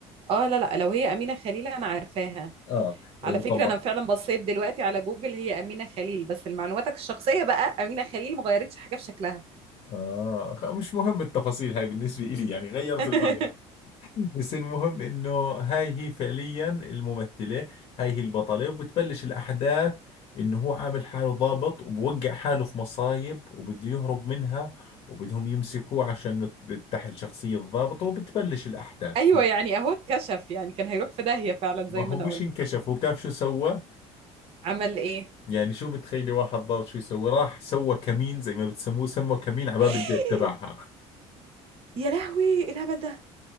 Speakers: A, on the right (about 50°); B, on the left (about 45°).
A: اه لا لا لو هي أمينة خليل أنا عارفاها
B: آه وطبعا
A: على فكرة أنا فعلا بصيت دلوقتي على جوجل هي أمينة خليل بس لمعلوماتك الشخصية بقى أمينة خليل ما غيرتش حاجة في شكلها
B: آه خ- مش مهم التفاصيل هاي بالنسبة إلي يعني غيرت
A: <laughs>
B: الماضي. بس المهم انه هاي هي فعليا الممثلة هاي هي البطلة وبتبلش الاحداث انه هو عامل حاله ضابط وبوقع حاله في مصايب وبده يهرب منها وبدهم يمسكوه عشان تحل شخصية الضابط وبتبلش الاحداث
A: أيوة يعني أهو اتكشف يعني كان هيروح في داهية فعلا
B: ما
A: زي
B: هو
A: ما أنا
B: مش
A: قلت
B: انكشف هو بتعرف شو سوى
A: عمل إيه
B: يعني شو بتخيلي واحد ضابط شو يسوي راح سوى كمين زي ما بتسموه سموا كمين على
A: <gasps>
B: باب البيت تبعها
A: يا لهوي إيه الهبل ده